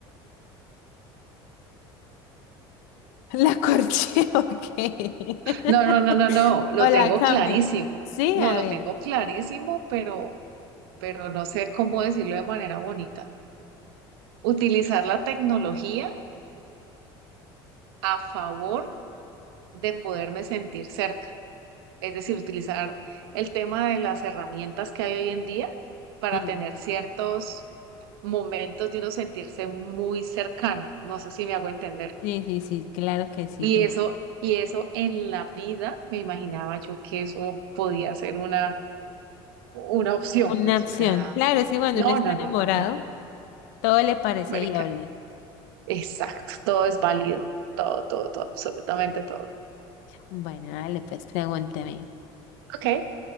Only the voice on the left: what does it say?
La corché, <laughs> ok.
<laughs>
O la
cambio.
Sí,
a
ver.
Sí,
sí, sí, sí, claro que sí.
te
Una
opción.
Claro, sí, cuando
uno está
enamorado,
todo le parece
viable.
Bueno, dale pues, pregúnteme.